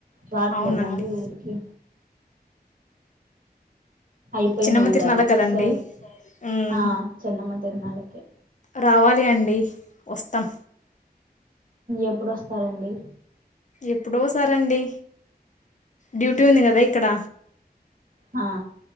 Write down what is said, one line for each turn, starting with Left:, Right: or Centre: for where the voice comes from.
Right: రావట్లేదండి
Left: అవునండి
Right: ఊరికి అయిపోయింది
Left: చిన్నమ్మ
Right: ఉగాది
Left: తిరునాల కదండి
Right: సారి
Left: ఉమ్
Right: ఆ చిన్నమ్మ తిరనళకి
Left: రావాలి అండి వస్తాం
Right: ఎప్పుడొస్తారండి
Left: ఎప్పుడ వసారండి డ్యూటీ ఉంది కదా ఇక్కడ
Right: ఆ